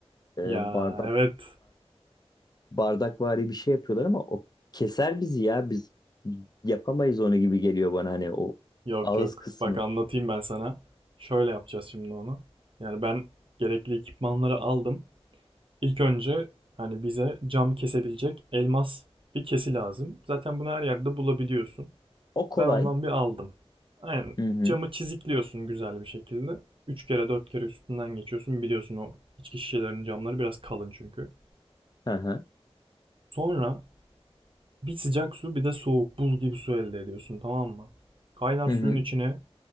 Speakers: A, on the left (about 40°); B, on the right (about 55°).
A: e,
B: Ya
A: bardak
B: evet.
A: bardakvari bir şey yapıyorlar ama o keser bizi ya biz yapamayız onu gibi geliyor bana hani o
B: Yok
A: ağız
B: yok.
A: kısmı.
B: Bak anlatayım ben sana. Şöyle yapacağız şimdi onu. Yani ben gerekli ekipmanları aldım. İlk önce hani bize cam kesebilecek elmas bir kesi lazım. Zaten bunu her yerde bulabiliyorsun.
A: O kolay.
B: Ben ondan bir aldım. Aynen
A: Hı hı.
B: camı çizikliyorsun güzel bir şekilde. 3 kere 4 kere üstünden geçiyorsun. Biliyorsun o içki şişelerinin camları biraz kalın çünkü.
A: Hı hı.
B: Sonra bir sıcak su bir de soğuk buz gibi su elde ediyorsun tamam mı? Kaynar
A: Hı
B: suyun
A: hı.
B: içine